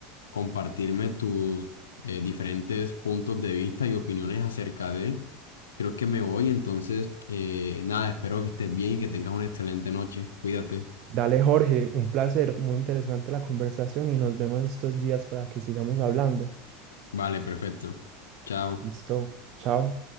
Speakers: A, on the left; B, on the right.
A: compartirme tus eh, diferentes puntos de vista y opiniones acerca de. Creo que me voy, entonces, eh, nada, espero que estés bien y que tengas una excelente noche. Cuídate.
B: Dale, Jorge, un placer, muy interesante la conversación y nos vemos estos días para que sigamos hablando.
A: Vale, perfecto. Chao.
B: Listo, chao.